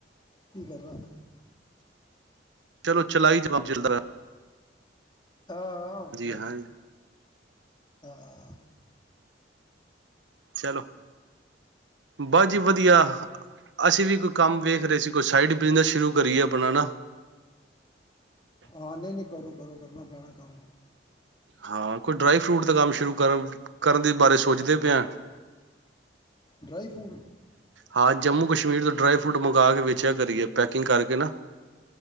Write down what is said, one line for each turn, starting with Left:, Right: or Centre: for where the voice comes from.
Left: ਕੀ ਕਰਨਾ ਫੇਰ
Right: ਚਲੋ ਚਲਾਈ ਜੋ ਜੋ ਕੰਮ ਚੱਲਦਾ ਪਿਆ।
Left: ਹਾਂ, ਹੋਰ ਕਿਆ
Right: ਹਾਂਜੀ
Left: ਕਰੀਏ। ਆਹ
Right: ਚਲੋ, ਬਸ ਜੀ ਵਧੀਆ ਅਸੀਂ ਵੀ ਕੋਈ ਕੰਮ ਵੇਖ ਰੇ ਸੀ ਕੋਈ ਸਾਈਡ ਬਿਜਨਸ ਸ਼ੁਰੂ ਕਰੀਏ ਆਪਣਾ ਨਾ। <unintelligible>
Left: ਹਾਂ, ਨਹੀਂ- ਨਹੀਂ ਕਰੋ ਕਰੋ ਕਰਨਾ ਪੈਣਾ ਕੰਮ।
Right: ਹਾਂ, ਕੋਈ ਡਰਾਈ ਫਰੂਟ ਦਾ ਕੰਮ ਸ਼ੁਰੂ ਕਰਨ ਕਰਨ ਦੇ ਬਾਰੇ ਸੋਚਦੇ ਪਏ ਆਂ।
Left: ਡਰਾਈ ਫੂਡ
Right: ਹਾਂ, ਜੰਮੂ ਕਸ਼ਮੀਰ ਤੋਂ ਡਰਾਈ ਫਰੂਟ ਮੰਗਾ ਕੇ ਵੇਚਿਆ ਕਰੀਏ। ਪੈਕਿੰਗ ਕਰਕੇ ਨਾ